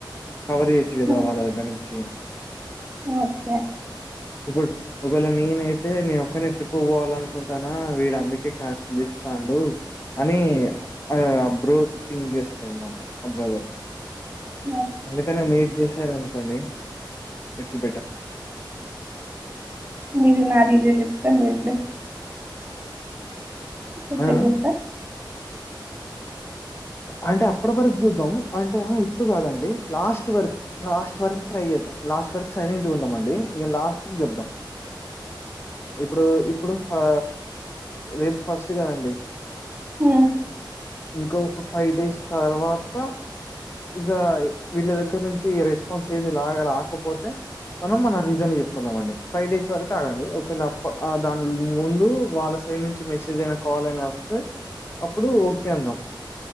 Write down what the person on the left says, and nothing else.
కవర్ ఇయొచ్చు కదా
వాళ్ళ దగ్గర నుంచి
ఇప్పుడ్ ఒకవేళ నేనయితే నేను ఒక్కనే ట్రిప్ పోవా వాలనుకుంటనా వీడు అందుకే క్యాన్సిల్ చేస్తాండు అని ఆ అ బ్రో థింక్ చేస్తాడు మళ్ళీ ఆ బ్రదర్,
అందుకనే మీర్ చేస్ నారు అనుకోండి ఇట్స్ బెట
ఆ అంటే అప్పటి వరకు చూద్దాం అంటే ఇప్పుడు కాదండి లాస్ట్ వరకు లాస్ట్ వరకు ట్రై చేద్దాం, లాస్ట్ వరకు సైలెంట్ గా ఉందాం అండి ఇంగ లాస్ట్ కి చెప్దాం. ఇప్పుడు ఇప్పుడు ఆ రేపు ఫస్ట్గాదండి
ఇంకో ఫైవ్ డేస్ తర్వాత ఇక వీళ్ళ దగ్గర నుంచి రెస్పాన్స్ ఏది లాగా రాకపోతే మనం మన రీజన్ చెప్పుకుందాం అండి, ఫైవ్ డేస్ వరకు ఆగండి ఒక వేళ అ దాని ముందు వాళ్ళ సైడ్ నుంచి మెసేజ్ అయినా, కాల్ అయినా వస్తే అప్పుడు ఓకే అందాం.